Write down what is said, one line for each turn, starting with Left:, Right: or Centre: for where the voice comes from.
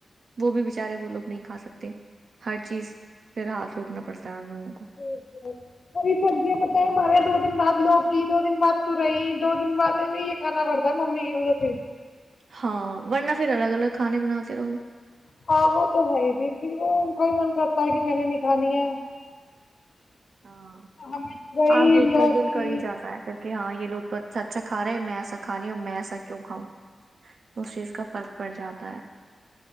Right: وہ بھی بیچارے وہ لوگ نہیں کھا سکتے ہر چیز پ رہا تھا روکنا پڑتا ہے ان لوگوں کو
Left: جال سری سبزیاں پت ہے ہمارے دو دن بعد لوگ کی دو دن بعد تو رہی دو دن بعد یہ کھانا پڑتا ممی کی وجہ سے
Right: ہاں ورنہ پھر الگ الگ کھانے بناتے رہو
Left: ہاں وہ تو ہے ہی پھر پ وہ ان کا ہی من کرتا ہے کہ میں نے ن کھانی ہے
Right: ہاں
Left: ہمیں تورئی
Right: ہاں دیکھ
Left: لوکی
Right: کر دل کر ہی جاتا ہے پھر کہ ہاں یہ لو تو اچھا اچھا کا رہے ہیں میں س کا رہی ہوں میں سا کیوں کاؤں اس چیز کا فرق پڑ جاتا ہوتا ہے